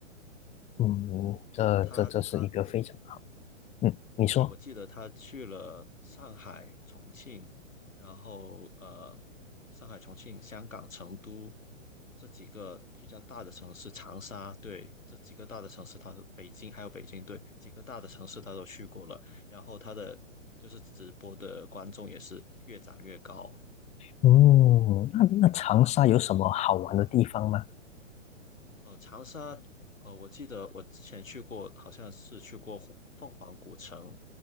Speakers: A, on the left; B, on the left.
A: 嗯，这这这是一个非常好。
B: 对，他，他
A: 嗯，你说，
B: 对，我记得他去了上海、重庆，然后呃，上海、重庆、香港、成都这几个比较大的城市，长沙，对，这几个大的城市他都，北京还有北京，对，几个大的城市他都去过了。然后他的就是直播的观众也是越涨越高，
A: 嗯，
B: 嗯。
A: 那那长沙有什么好玩的地方吗？
B: 呃，长沙，呃，我记得我之前去过，好像是去过虎凤凰古城。